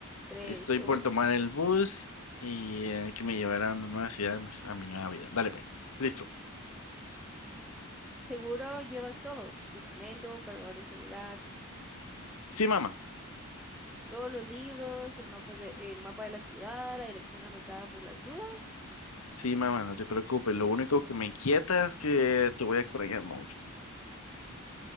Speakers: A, in the centre; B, on the left.
A: tres,
B: Estoy
A: dos.
B: por tomar el bus y eh, que me llevará a mi nueva ciudad, no- a mi nueva vida. Dale, pues. Listo.
A: Seguro llevas todo, documento, cargador de celular,
B: Sí, mamá.
A: todos los libros, el mapa de, el mapa de la ciudad, la dirección anotada por las dudas.
B: Sí, mamá, no te preocupes. Lo único que me inquieta es que te voy a extrañar mucho.